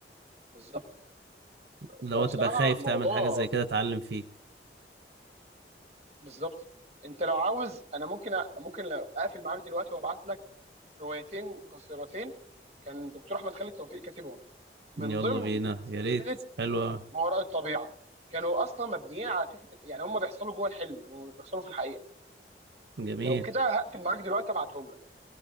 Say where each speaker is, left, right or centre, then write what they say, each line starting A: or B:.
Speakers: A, on the right (about 35°); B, on the right (about 70°).
A: بالظبط ف-
B: لو
A: فبصراحه
B: تبقى خايف
A: موضوع
B: تعمل حاجة زي كده اتعلم فيك
A: بالظبط انت لو عاوز انا ممكن أ... ممكن لو اقفل معاك دلوقتي وابعت لك روايتين قصيرتين كان دكتور احمد خالد توفيق كاتبهم من
B: يلا
A: ضمن
B: بينا
A: سلسله
B: يا ريت حلوة
A: ما وراء الطبيعه كانوا اصلا مبنيين على فكره يعني هم بيحصلوا جوه الحلم ومش بيحصلوا في الحقيقه
B: جميل
A: لو كده هقفل معاك دلوقتي ابعتهم لك